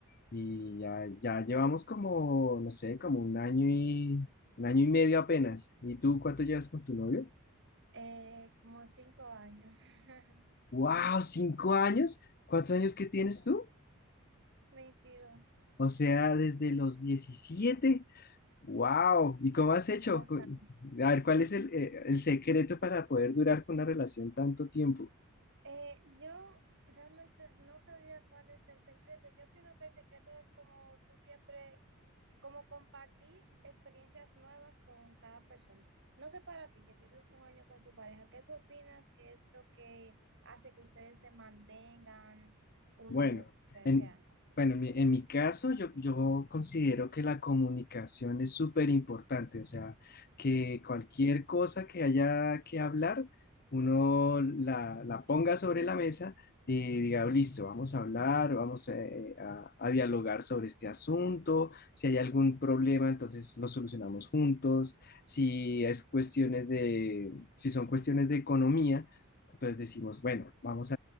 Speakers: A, on the left; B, on the right.
A: y ya, ya llevamos como, no sé, como un año y, un año y medio apenas. ¿Y tú cuánto llevas con tu novio?
B: Eh, como cinco años, <laughs>
A: ¡Wow! ¿Cinco años? ¿Cuántos años que tienes tú?
B: veintidós,
A: O sea, desde los 17. Wow, ¿y cómo has hecho?
B: bastante.
A: Cu- A ver, ¿cuál es el, eh, el secreto para poder durar con una relación tanto tiempo?
B: Eh, yo realmente no sabía cuál es el secreto. Yo opino que el secreto es como tú siempre, como compartir experiencias nuevas con cada persona. No sé para ti, que tienes un año con tu pareja, ¿qué tú opinas que es lo que hace que ustedes se mantengan unidos?
A: Bueno,
B: O sea,
A: en,
B: ese año?
A: bueno, en mi, en mi caso yo, yo considero que la comunicación es súper importante, o sea, que cualquier cosa que haya que hablar, uno la, la ponga sobre la mesa y diga, listo, vamos a hablar, vamos eh, a, a dialogar sobre este asunto, si hay algún problema, entonces lo solucionamos juntos, si es cuestiones de, si son cuestiones de economía, entonces decimos, bueno, vamos